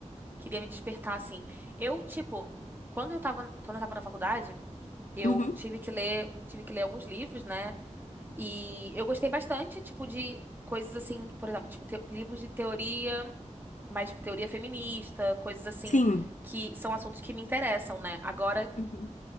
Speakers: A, on the right; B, on the left.
A: que iria me despertar, assim. Eu, tipo, quando eu tava, quando eu tava na faculdade, eu
B: Uhum.
A: tive que ler, tive que ler alguns livros, né? E eu gostei bastante, tipo, de coisas assim, por exemplo, tipo, teo- livros de teoria, mais, tipo, teoria feminista, coisas assim,
B: Sim.
A: que são assuntos que me interessam, né? Agora,
B: Uhum.